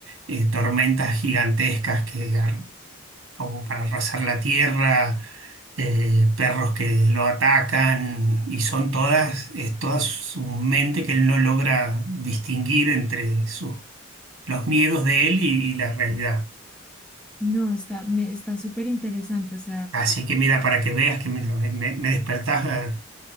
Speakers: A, on the right; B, in the centre.
A: eh, tormentas gigantescas que, ar- como para arrasar la tierra, eh, perros que lo atacan, y son todas, es toda su mente que él no logra distinguir entre sus, los miedos de él y, y la realidad.
B: no, está, me, está súper interesante. O sea,
A: Así que mira, para que veas que mira, me, me- me despertás eh,